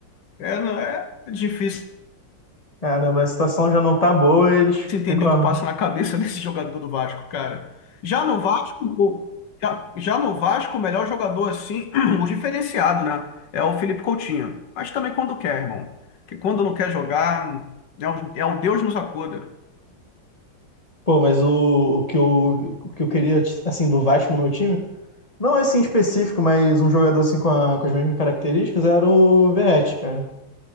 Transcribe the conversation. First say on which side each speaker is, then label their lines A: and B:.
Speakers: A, on the left; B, on the left.
A: É, não é difícil
B: Caramba, a situação já não tá boa, eles
A: difícil entender
B: ficam.
A: o que passa na cabeça <laughs> desse jogador do Vasco, cara. Já no Vasco, o- já, já no Vasco, o melhor jogador assim, <clears throat> o diferenciado, né? É o Felipe Coutinho. Mas também quando quer, irmão. Que quando não quer jogar, é o, é o Deus nos acuda.
B: Pô, mas o, o que eu, o que eu queria, assim, do Vasco no meu time, não esse em específico, mas um jogador assim com, a- com as mesmas características era o Verratti, cara.